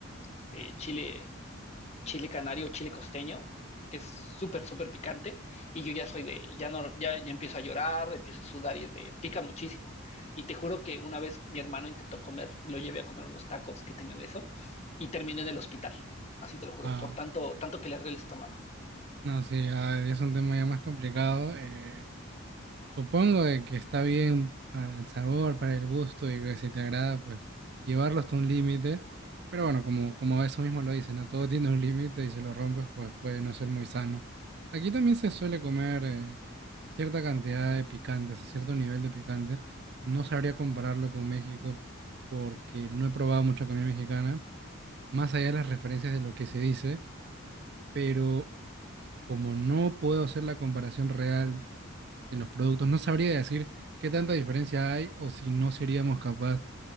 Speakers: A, on the left; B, on the right.
A: este, chile, chile canario, chile costeño, que es súper, súper picante. Y yo ya soy de, ya no, ya, ya empiezo a llorar, empiezo a sudar y es de, pica muchísimo. Y te juro que una vez mi hermano intentó comer, lo llevé a comer unos tacos que tenían eso y terminó en el hospital. Así te lo juro,
B: Ah,
A: por tanto, tanto que le arde el estómago.
B: no, sí, ah, es un tema ya más complicado. eh, Supongo de que está bien para el sabor, para el gusto y que si te agrada, pues llevarlo hasta un límite. Pero bueno, como, como eso mismo lo dice, ¿no? Todo <laughs> tiene un límite y si lo rompes, pues puede no ser muy sano. Aquí también se suele comer eh, cierta cantidad de picante, o sea, cierto nivel de picante. No sabría compararlo con México porque no he probado mucha comida mexicana, más allá de las referencias de lo que se dice, pero como no puedo hacer la comparación real en los productos. No sabría decir qué tanta diferencia hay o si no seríamos capaz